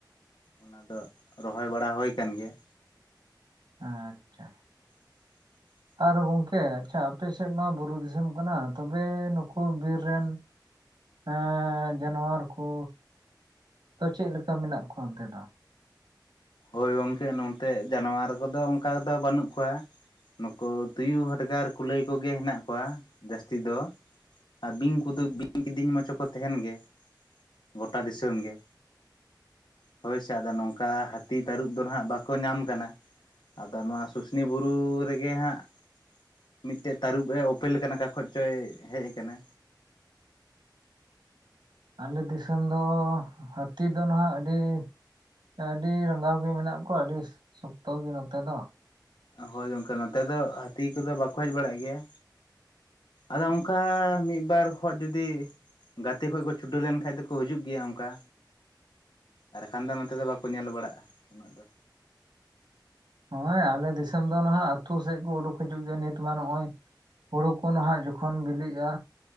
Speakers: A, on the left; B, on the right.
A: ᱚᱱᱟ ᱫᱚ ᱨᱚᱦᱚᱭ ᱵᱟᱲᱟ ᱦᱳᱭ ᱠᱟᱱ ᱜᱮᱭᱟ᱾
B: ᱟᱪᱪᱷᱟ
A: <unintelligible>
B: ᱟᱨ ᱜᱚᱝᱠᱮ ᱟᱪᱪᱷᱟ ᱟᱯᱮ ᱥᱮᱫ ᱢᱟ ᱵᱩᱨᱩ ᱫᱤᱥᱚᱢ ᱠᱟᱱᱟ ᱾ᱛᱚᱵᱮ ᱱᱩᱠᱩ ᱵᱤᱨ ᱨᱮᱱ ᱦᱮᱸ ᱡᱟᱱᱣᱟᱨ ᱠᱚ ᱛᱚ ᱪᱮᱫ ᱞᱮᱠᱟ ᱢᱮᱱᱟᱜ ᱠᱚᱣᱟ ᱚᱱᱛᱮ ᱫᱚ?
A: ᱦᱳᱭ ᱜᱚᱝᱠᱮ, ᱱᱚᱱᱛᱮ ᱡᱟᱱᱣᱟᱨ ᱠᱚᱫᱚ ᱚᱱᱠᱟ ᱫᱚ ᱵᱟᱹᱱᱩᱜ ᱠᱚᱣᱟ᱾ ᱱᱩᱠᱩ ᱛᱩᱭᱩ, ᱦᱟᱰᱜᱟᱨ, ᱠᱩᱞᱟᱹᱭ ᱠᱚᱜᱮ ᱦᱮᱱᱟᱜ ᱠᱚᱣᱟ, ᱡᱟᱹᱥᱛᱤ ᱫᱚ᱾ ᱟᱨ ᱵᱤᱧ ᱠᱚᱫᱚ ᱵᱤᱧ ᱠᱤᱫᱤᱧ ᱢᱟᱪᱚ ᱠᱚ ᱛᱟᱦᱮᱱ ᱜᱮ᱾ ᱜᱳᱴᱟ ᱫᱤᱥᱚᱢ ᱜᱮ᱾ ᱦᱳᱭ ᱥᱮ ᱟᱫᱚ ᱱᱚᱝᱠᱟ ᱦᱟᱹᱼᱼ ᱛᱟᱹᱨᱩᱵ ᱫᱚ ᱱᱟᱸᱜ ᱵᱟᱠᱚ ᱧᱟᱢ ᱠᱟᱱᱟ᱾ ᱟᱫᱚ ᱱᱚᱣᱟ ᱥᱩᱥᱱᱤ ᱵᱩᱨᱩ ᱨᱮᱜᱮ ᱦᱟᱸᱜ ᱢᱤᱫᱴᱮᱱ ᱛᱟᱹᱨᱩᱵᱽ ᱮ ᱚᱯᱮᱞ ᱟᱠᱟᱱᱟ᱾ ᱚᱠᱟ ᱠᱷᱚᱡ ᱪᱚᱭ ᱦᱮᱡ ᱟᱠᱟᱱᱟ᱾
B: ᱟᱞᱮ ᱫᱤᱥᱚᱢ ᱫᱚ ᱦᱟᱹᱛᱤ ᱫᱚ ᱱᱟᱦᱟᱜ ᱟᱹᱰᱤ ᱟᱹᱰᱤ ᱨᱟᱸᱜᱟᱣ ᱜᱮ ᱢᱮᱱᱟᱜ ᱠᱚᱣᱟ᱾ ᱟᱹᱰᱤ ᱥᱚᱠᱛᱚ ᱜᱮ ᱱᱚᱛᱮ ᱫᱚ᱾
A: ᱦᱳᱭ ᱜᱚᱝᱠᱮ, ᱱᱚᱛᱮ ᱫᱚ ᱦᱟᱹᱛᱤ ᱠᱚᱫᱚ ᱵᱟᱠᱚ ᱦᱮᱡ ᱵᱟᱲᱟᱜ ᱜᱮᱭᱟ᱾ ᱟᱫᱚ ᱚᱱᱠᱟ ᱢᱤᱫ ᱵᱟᱨ ᱦᱚ ᱡᱩᱫᱤ ᱜᱟᱛᱮ ᱠᱷᱚᱡ ᱠᱚ ᱪᱷᱩᱰᱟᱹᱨ ᱞᱮᱱᱠᱷᱟᱱ ᱫᱚᱠᱚ ᱦᱤᱡᱩᱜ ᱜᱮᱭᱟ ᱚᱱᱠᱟ᱾ ᱟᱨ ᱵᱟᱝᱠᱷᱟᱱ ᱫᱚ ᱱᱚᱛᱮ ᱫᱚ ᱵᱟᱝ ᱠᱚ ᱠᱚ ᱧᱮᱞ ᱵᱟᱲᱟᱜᱼᱟ᱾ ᱩᱱᱟᱹᱜ ᱫᱚ᱾
B: ᱱᱚᱜᱼᱚᱭ ᱟᱞᱮ ᱫᱤᱥᱚᱢ ᱫᱚ ᱱᱟᱦᱟᱜ ᱟᱛᱳ ᱥᱮᱫ ᱠᱚ ᱩᱰᱩᱠ ᱦᱤᱡᱩᱜ ᱜᱮᱭᱟ᱾ ᱱᱤᱛ ᱢᱟ ᱱᱚᱜᱼᱚᱭ ᱦᱳᱲᱳ ᱠᱚ ᱱᱟᱦᱟᱜ ᱡᱚᱠᱷᱚᱱ ᱵᱤᱞᱤᱜᱼᱟ᱾